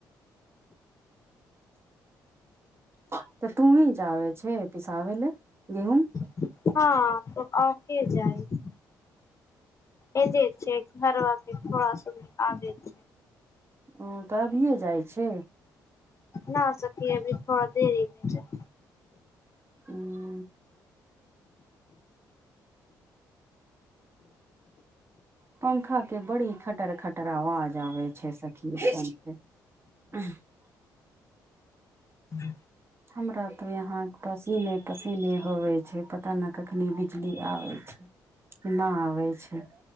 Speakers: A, on the right; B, on the left.
A: तऽ तू ही जाबे छै पिसाबे लऽ गेहूँम
B: हँ त और के जाइत ए जेे छै घरबाक के थड़ा समय <unintelligible>
A: ओ तऽ अभिये जाइ छै
B: न सखी अभी थोड़ा देरीमे जैब
A: हुँ पंखा के बड़ी खटर खटर आवाज आबै छै सखी <unintelligible>
B: <inaudible>
A: हमरा तो यहा पसीने पसीने होवे छै पता न कखनी बिजली आबै छै ना आबै छै